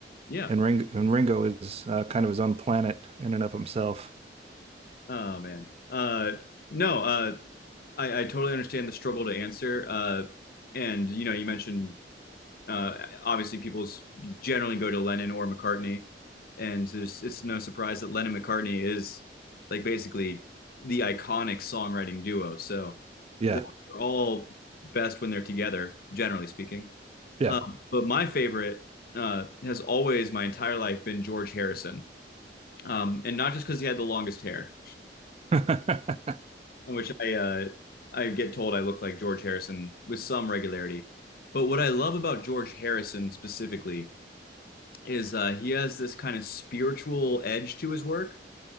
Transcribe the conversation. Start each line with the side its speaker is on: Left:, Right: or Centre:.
Left: Yeah.
Right: and Ring and Ringo is uh, kind of his own planet in and of himself.
Left: Oh man. Uh, no. Uh, I, I totally understand the struggle to answer. Uh, and you know, you mentioned Uh, obviously, people generally go to Lennon or McCartney, and there's, it's no surprise that Lennon McCartney is like basically the iconic songwriting duo. So
Right: Yeah,
Left: they're all best when they're together, generally speaking.
Right: yeah,
Left: Um, but my favorite uh, has always, my entire life, been George Harrison, um, and not just because he had the longest hair,
Right: <laughs>
Left: in which I uh, I get told I look like George Harrison with some regularity. But what I love about George Harrison specifically is uh, he has this kind of spiritual edge to his work.